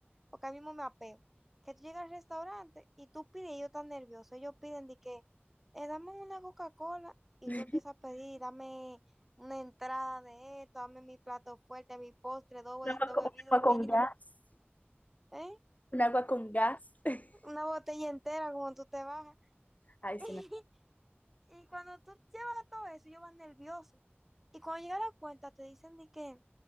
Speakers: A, in the centre; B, on the left.
A: porque a mí mismo me apeo. Que tú llegas al restaurante y tú pides, y ellos están nerviosos, ellos piden de que, eh, dame una Coca-Cola y
B: <laughs>
A: tú empiezas a pedir, dame una entrada de esto, dame mi plato fuerte, mi postre, dos, be-
B: Un agua
A: dos
B: con,
A: bebidas,
B: un agua
A: un
B: con
A: vino,
B: gas,
A: ¿eh?
B: un agua con gas. <laughs>
A: Una botella entera como tú te bajas.
B: Ay,
A: <laughs>
B: sí, me...
A: Y cuando tú llevas todo eso, ellos van nerviosos. Y cuando llega la cuenta, te dicen de que,